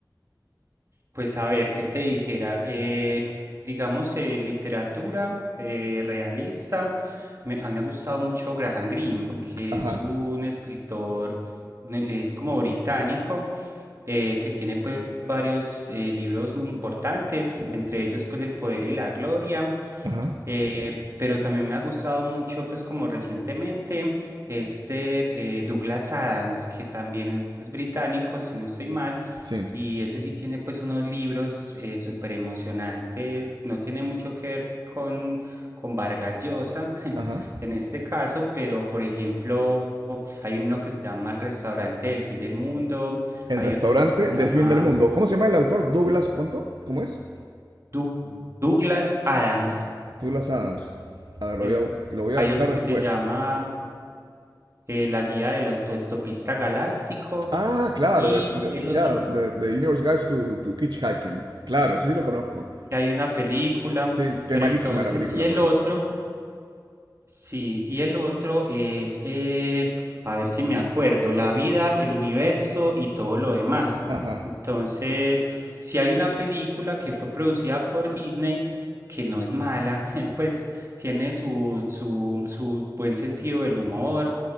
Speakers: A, on the right (about 40°); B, on the right (about 75°).
A: Pues a ver, ¿qué te dijera? Eh, digamos, eh, literatura eh, realista. me- a mí me ha gustado mucho Graham Greene, que
B: Ajá,
A: es un escritor, ne- es como británico, eh, que tiene pues varios eh, libros muy importantes, entre ellos pues El Poder y la Gloria.
B: ajá,
A: eh, pero también me ha gustado mucho pues como recientemente este eh, Douglas Adams, que también es británico, si no estoy mal
B: sí,
A: y ese sí tiene pues unos libros eh, súper emocionantes, no tiene mucho que ver con, con Vargas Llosa <laughs>
B: ajá.
A: en este caso, pero por ejemplo hay uno que se llama El restaurante del fin del mundo,
B: El
A: hay
B: restaurante
A: otro que se llama
B: del fin del mundo. ¿Cómo se llama el autor? Douglas, ¿cuánto? ¿Cómo es?
A: Doug- Douglas Adams,
B: Douglas Adams. A ver, lo
A: eh,
B: voy a, bus- lo voy a
A: hay
B: buscar
A: otro
B: después.
A: que se llama eh, La guía del autoestopista galáctico
B: Ah, claro,
A: y
B: es-
A: el otro
B: claro,
A: que
B: The, The Universe Guides to, to Hitchhiking. Claro, sí lo conozco.
A: que hay una película,
B: Sí, qué
A: pero
B: malísima
A: entonces,
B: la película,
A: y el
B: por
A: otro
B: cierto.
A: Sí, y el otro es, eh, a ver si me acuerdo, la vida, el universo y todo lo demás.
B: Ajá,
A: Entonces, si hay una película que fue producida por Disney, que no es mala, <laughs> pues tiene su, su, su buen sentido del humor,